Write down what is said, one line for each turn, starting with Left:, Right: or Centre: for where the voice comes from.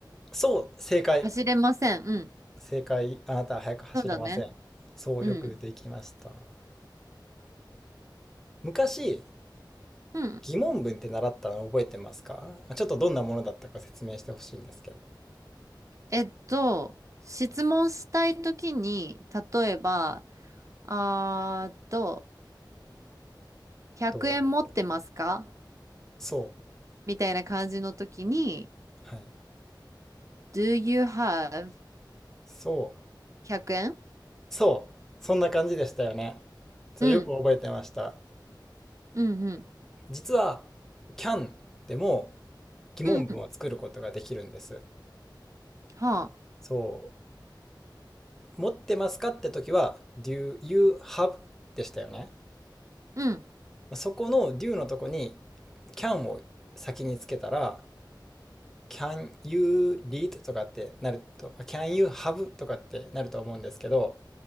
Centre: そう。正解。
Right: 走れません。うん。
Centre: 正解。あなたは速く走れません。
Right: そうだね。
Centre: そう。
Right: うん。
Centre: よくできました。昔、
Right: うん。
Centre: 疑問文って習ったの覚えてますかまあちょっとどんなものだったか説明してほしいんですけど。
Right: えっと、質問したいときに、例えば、あーと、100円持ってますか
Centre: どうそ
Right: みたいな感じの時に、
Centre: う。はい。
Right: Do you have
Centre: そう。
Right: 100円
Centre: そう、そんな感じでしたよね。そう、
Right: うん、
Centre: よく覚えてました。
Right: うん、
Centre: 実は、CAN でも疑問文を作ることができるんです。
Right: うん、うん、はあ、
Centre: そう、持ってますかって時は、Do you have でしたよね。
Right: うん、
Centre: そこの Do のとこに CAN を先につけたら、Can you read とかってなると、Can you have とかってなると思うんですけど、